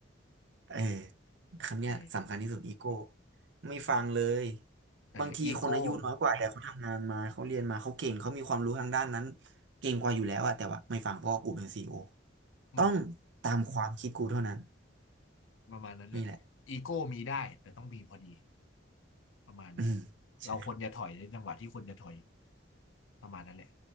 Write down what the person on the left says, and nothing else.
เออ
เอออีโก้
อืม
ประมาณนั้นแหละอีโก้มีได้แต่ต้องมีพอดี
ประมาณนี้
เราควรจะถอยในจังหวะที่ควรจะถอยประมาณนั้นแหละ